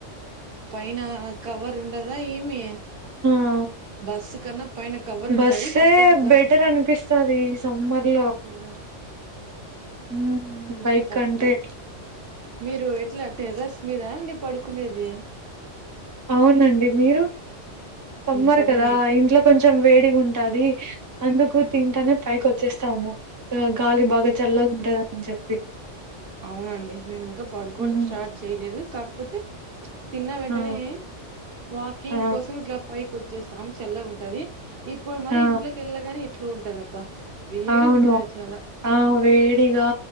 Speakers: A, on the right (about 55°); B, on the right (about 20°).
A: పైన కవర్ ఉండదా ఏమి
B: ఆ
A: బస్సు కన్నా పైన కవర్
B: బస్సే
A: ఉంటది కాకపోతే గా
B: బెటర్ అనిపిస్తది ఈ సమ్మర్ లో
A: అసలు
B: హుమ్ బైక్
A: తప్పదు
B: కంటే
A: మీరు ఎట్లా టెర్రస్ మీదాండి పడుకునేది.
B: అవునండి. మీరు సమ్మారు
A: ఇంకా
B: కదా
A: మేము
B: ఇంట్లో కొంచెం వేడిగా ఉంటాది. అందుకు తింటానే పైకి వచ్చేస్తాము. గాలి బాగా చల్లగా ఉంటదని చెప్పి.
A: అవునండి మేము ఇంకా పడుకోవడం
B: మ్మ్
A: స్టార్ట్ చేయలేదు. కాకపోతే తిన్న వెంటనే
B: ఆ
A: వాకింగ్
B: ఆ
A: కోసం ఇట్లా పైకి వచ్చేస్తాం. చల్లగా ఉంటది ఇప్పుడు మరి
B: ఆ
A: ఇంట్లోకి ఏళ్ళగానే ఎట్లు ఉంటదబ్బా. వేడి
B: అవును
A: ఉంటది చాలా
B: ఆ వేడిగా